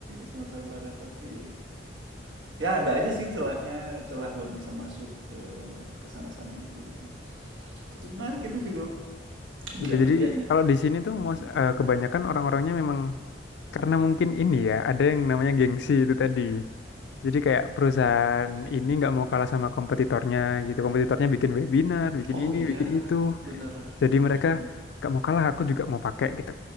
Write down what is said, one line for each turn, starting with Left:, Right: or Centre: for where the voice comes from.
Right: Sumatera Barat. Tapi ya ada aja sih celahnya, celah buat bisa masuk ke ke sana-sana itu gitu. Tapi menarik itu Vigo, bidang
Left: Ya, jadi
Right: kerjanya.
Left: kalau di sini tuh
Right: Hmm.
Left: mos- eh, kebanyakan orang-orangnya memang karena mungkin ini ya ada yang namanya gengsi itu tadi. Jadi kayak perusahaan ini nggak mau kalah sama kompetitornya gitu. Kompetitornya bikin webinar, bikin
Right: Oh
Left: ini,
Right: iya,
Left: bikin itu.
Right: bener,
Left: Jadi
Right: bener,
Left: mereka
Right: bener.
Left: gak mau kalah, aku juga mau pakai gitu.